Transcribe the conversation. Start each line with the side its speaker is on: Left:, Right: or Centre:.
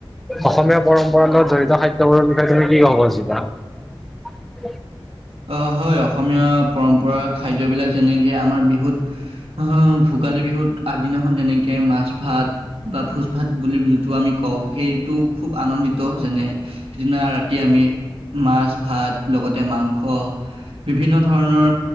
Centre: অসমীয়া পৰম্পৰা লগত জড়িত খাদ্যবোৰৰ বিষয়ে তুমি কি কব খুজিবা?
Right: আহ হয়, অসমীয়া পৰম্পৰা খাদ্যবিলাক যেনেকে আমাৰ বিহুত, আহ ভোগালী বিহুত আগদিনাখন যেনেকে মাছ ভাত বা ভোজ ভাত বুলি যিটো আমি কওঁ সেইটো খুব আনন্দিত যেনে সিদিনা ৰাতি আমি মাছ, ভাত লগতে মাংস, বিভিন্ন ধৰণৰ